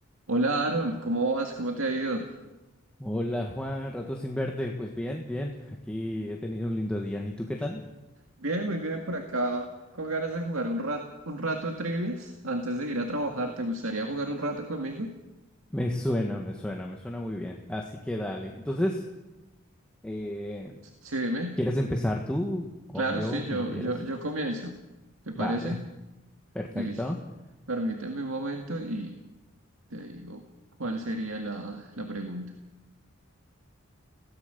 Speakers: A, on the right (about 80°); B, in the centre.
A: Hola Aaron, ¿cómo vas? ¿Cómo te ha ido?
B: Hola Juan, rato sin verte. Pues bien, bien. Aquí he tenido un lindo día. ¿Y tú qué tal?
A: Bien, muy bien por acá, con ganas de jugar un rato, un rato trivias antes de ir a trabajar. ¿Te gustaría jugar un rato conmigo?
B: Me suena, me suena, me suena muy bien. Así que dale. Entonces, eh,
A: S- Sí, dime.
B: ¿quieres empezar tú o
A: Claro,
B: yo,
A: sí, yo,
B: como quieres?
A: yo, yo comienzo. ¿Te parece?
B: Vale, perfecto.
A: Listo. Permíteme un momento y te digo cuál sería la, la pregunta.